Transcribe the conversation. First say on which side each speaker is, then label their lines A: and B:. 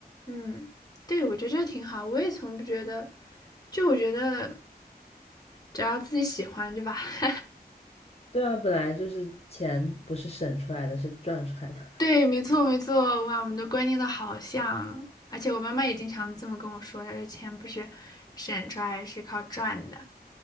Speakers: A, on the left; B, on the left.
A: 嗯，对，我觉得这挺好。我也从不觉得，就我觉得只要自己喜欢，对吧？<laughs>
B: 对啊，本来就是钱不是省出来的，是赚出来的。
A: 对，没错没错，哇，我们的观念都好像，而且我妈妈也经常这么跟我说，她说钱不是省出来，是靠赚的，